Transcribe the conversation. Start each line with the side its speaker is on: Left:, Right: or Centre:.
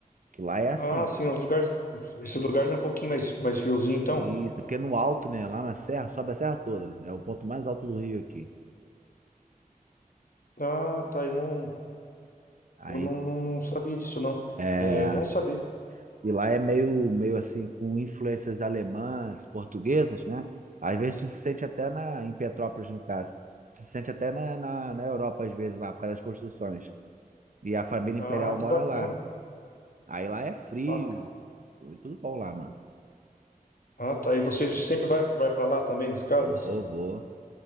Right: Que lá é assim,
Left: Ah,
Right: entendeu?
Left: sim, os lugares. Esses lugares é um pouquinho mais, mais friozinho, então.
Right: Isso, é porque é no alto, né? Lá na serra, sobe a serra toda. É o ponto mais alto do Rio aqui.
Left: Ah, tá. Eu não,
Right: Aí,
Left: eu não, não, não sabia disso, não.
Right: é.
Left: É bom saber.
Right: E lá é meio, meio assim, com influências alemãs, portuguesas, né? Às vezes tu se sente até na, em Petrópolis, no caso. Tu se sente até na, na, na Europa, às vezes, lá, por causa das construções. E a família
Left: Ah,
Right: imperial mora
Left: que bacana.
Right: lá. Aí lá é frio,
Left: Bac-
Right: tudo bom lá, mano.
Left: Ah, tá. E você sempre vai, vai para lá também, nesse caso?
Right: Vou,
Left: Nesses...
Right: vou.